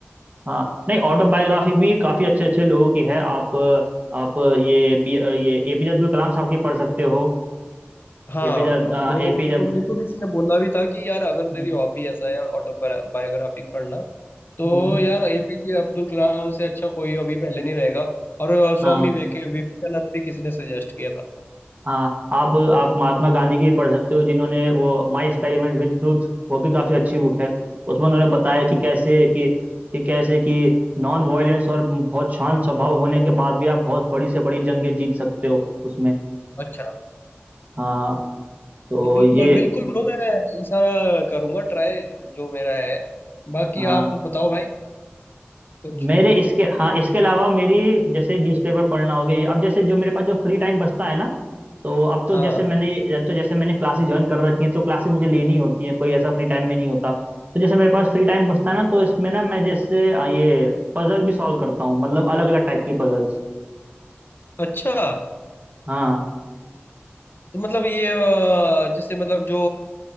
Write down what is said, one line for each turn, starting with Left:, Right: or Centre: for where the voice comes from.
Right: हाँ नहीं ऑटोबायोग्राफी भी काफी अच्छे अच्छे लोगों की है आप आप ये बी ये एपीजे अब्दुल कलाम साहब की पढ़ सकते हो
Left: हाँ
Right: APJ
Left: ब्रो ब्रो
Right: APJ
Left: मेरे को मेरे को किसी ने बोला भी था कि यार अगर
Right: हम्म
Left: तेरी हॉबी ऐसा है ऑटोबायोग्राफी पढ़ना तो
Right: हम्म,
Left: यार एपीजे अब्दुल कलाम से अच्छा कोई अभी पहले नहीं रहेगा और अ,
Right: हाँ।
Left: स्वामी विवेके- विवेकानंद भी किसी ने सजेस्ट किया था
Right: हाँ आप आप महात्मा गांधी की पढ़ सकते हो जिन्होंने वो माई एक्सपेरिमेंट विद ट्रूथ वो भी काफी अच्छी बुक है उसमें उन्होंने बताया कि कैसे कि, कि कैसे कि नॉन वायलेंस और बहुत शांत स्वभाव होने के बाद भी आप बहुत बड़ी से बड़ी जंगें जीत सकते हो उसमें
Left: अच्छा
Right: हाँ तो
Left: तो बिल्कुल
Right: ये
Left: बिल्कुल ब्रो मैं ये सारा करूंगा ट्राई जो मेरा है बाकी
Right: हाँ
Left: आप बताओ भाई कुछ
Right: मेरे इसके हाँ इसके अलावा मेरी जैसे न्यूज़पेपर पढ़ना हो गया ये अब जैसे जो मेरे पास जो फ्री टाइम बचता है ना तो अब तो
Left: हाँ
Right: जैसे
Left: हाँ
Right: मैंने ये- अब तो जैसे मैंने क्लासेस ज्वाइन कर रखी हैं तो क्लासेस मुझे लेनी होती हैं कोई ऐसा फ्री टाइम में नहीं होता तो जैसे मेरे पास फ्री टाइम बचता है ना तो इसमें ना मैं जैसे आ, ये पजल भी सॉल्व करता हूँ मतलब अलग अलग टाइप की पजल्स
Left: अच्छा
Right: हाँ
Left: तो मतलब ये अ, जैसे मतलब जो